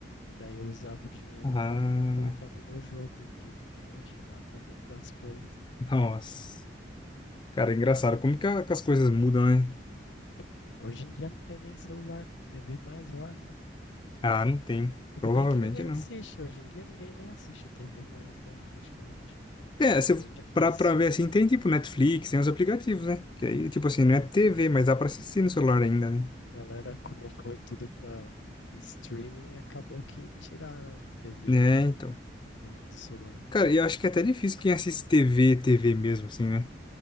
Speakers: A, on the left; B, on the left.
A: E daí eu usava o dinheiro
B: Ah.
A: para ficar colocando no jogo de cash lá para comprar as coisas.
B: Nossa, cara, é engraçado. Como que, a- que as coisas mudam, né?
A: E Hoje em dia não tem nem celular com TV mais, eu acho.
B: Ah, não tem.
A: Tudo
B: Provavelmente
A: bem que ninguém
B: não.
A: assiste, hoje em dia ninguém nem assiste TV mais, né? Praticamente.
B: É, se, eu-
A: Bem difícil.
B: pra, pra ver assim, tem tipo Netflix, tem os aplicativos, né? Que aí, tipo assim, não
A: É,
B: é TV, mas dá pra assistir no celular ainda, né?
A: galera, como foi tudo pra streaming, acabou que tiraram TV
B: É, então.
A: do, do celular.
B: Cara, eu acho que é até difícil quem assiste TV, TV mesmo, assim, né?